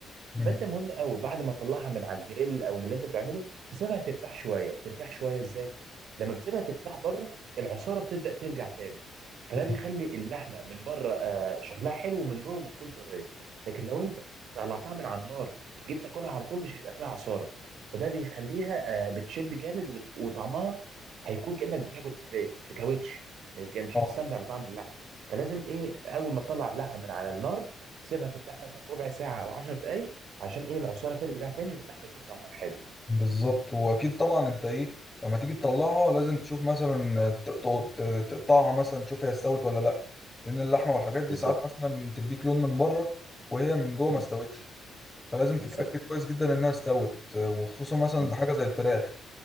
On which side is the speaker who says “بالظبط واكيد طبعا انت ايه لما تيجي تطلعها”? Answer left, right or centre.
Left